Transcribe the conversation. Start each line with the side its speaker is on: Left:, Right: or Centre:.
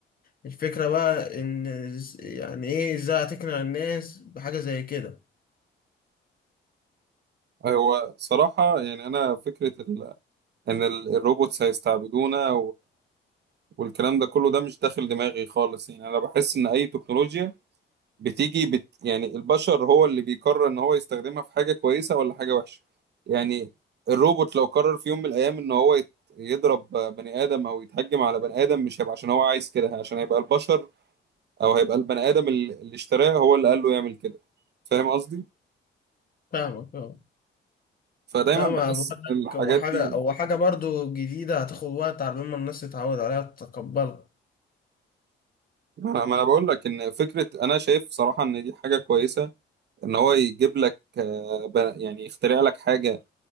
Left: الفكرة بقى إن إز- يعني إيه إزاي هتقنع الناس بحاجة زي كده
Right: هو صراحة يعني أنا فكرة ال إن ال- الروبوتس هيستعبدونا والكلام ده كله ده مش داخل دماغي خالص يعني انا بحس ان اي تكنولوجيا بتيجي بت يعني البشر هو اللي بيقرر ان هو يستخدمها في حاجة كويسة ولا حاجة وحشة يعني الروبوت لو قرر في يوم من الايام ان هو يت- يضرب بني ادم او يتهجم على بني ادم مش هيبقى عشان هو عايز كده عشان هيبقى البشر او هيبقى البني ادم ال- اللي اشتراه هو اللي قال له يعمل كده فاهم قصدي
Left: فاهمك اه
Right: فدايما
Left: لا
Right: بحس
Left: ما بقول لك
Right: ان الحاجات
Left: هو حاجة
Right: دي
Left: هو حاجة برضو جديدة هتاخد وقت على ما الناس تتعود عليها تتقبلها
Right: ما انا ما أنا بقول لك ان فكرة انا شايف صراحة ان دي حاجة كويسة ان هو يجيب لك آه، ب- يعني يخترع لك حاجه